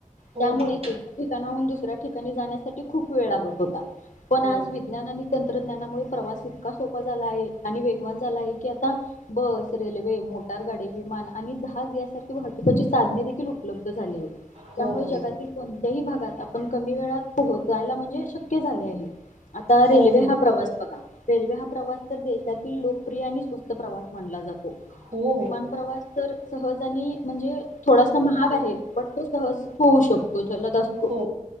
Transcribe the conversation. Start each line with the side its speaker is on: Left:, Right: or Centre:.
Right: हो
Left: त्यामुळे
Right: मॅम
Left: एका ठिकाणाहून दुसऱ्या ठिकाणी जाण्यासाठी खूप वेळ लागत होता. पण
Right: हो
Left: आज विज्ञानानी तंत्रज्ञानामुळे प्रवास इतका सोपा झाला आहे आणि वेगवान झाला आहे की आता बस, रेल्वे, मोटारगाडी, विमान आणि जहाज यासारखे वाहतुकाची साधने देखील उप उपलब्ध झाली आहे.
Right: हो
Left: त्यामुळे
Right: हो
Left: जगातील
Right: हो
Left: कोन त्याही भागात आपण कमी वेळात पोहोचायला म्हणजे शक्य झाले आहे. आता रेल्वे
Right: हो
Left: हा प्रवास बघा, रेल्वे हा प्रवास तर देशातील लोकप्रिय आणि स्वस्त प्रवा म्हणला जातो.
Right: हो हो
Left: विमान प्रवास तर सहज आणि म्हणजे थोडासा महाग आहे. पण तो सहज होऊ शकतो. जलद असतो
Right: हो